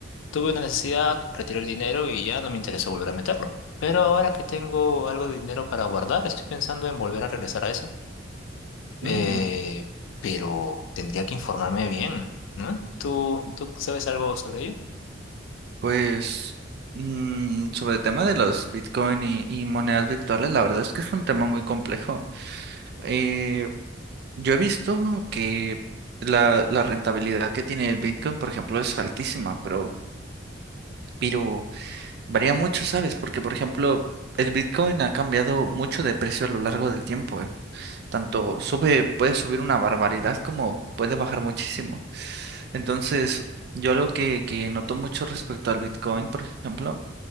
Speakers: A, on the left (about 80°); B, on the right (about 55°).
A: Tuve una necesidad, retiré el dinero y ya no me interesó volver a meterlo. Pero ahora que tengo algo de dinero para guardar, estoy pensando en volver a regresar a eso. Eh,
B: Mm,
A: pero tendría que informarme bien, ¿no? ¿Tú, tú sabes algo sobre ello?
B: pues mm, sobre el tema de los Bitcoin y, y monedas virtuales, la verdad es que es un tema muy complejo. Eh, Yo he visto que la, la rentabilidad que tiene el Bitcoin, por ejemplo, es altísima, pero, pero varía mucho, ¿sabes? Porque, por ejemplo, el Bitcoin ha cambiado mucho de precio a lo largo del tiempo, ¿eh? Tanto sube, puede subir una barbaridad como puede bajar muchísimo. Entonces, yo algo que, que noto mucho respecto al Bitcoin, por ejemplo,